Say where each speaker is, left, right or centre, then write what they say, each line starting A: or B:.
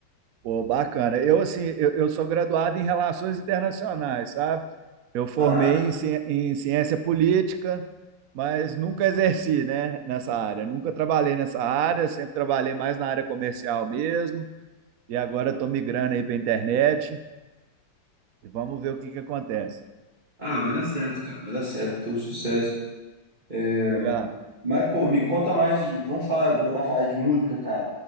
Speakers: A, on the right (about 70°); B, on the right (about 25°).
A: Pô, bacana. Eu, assim, eu, eu sou graduado em Relações Internacionais, sabe? Eu formei
B: Ah, sim.
A: em, ci- em Ciência Política, mas nunca exerci, né, nessa área. Nunca trabalhei nessa área, sempre trabalhei mais na área comercial mesmo. E agora estou migrando aí para a internet e vamos ver o que que acontece.
B: Ah, vai dar certo, cara. Vai dar certo, todo sucesso. É,
A: Obrigado.
B: mas, pô, me conta mais. de- vamos falar, voltar a falar de música, cara.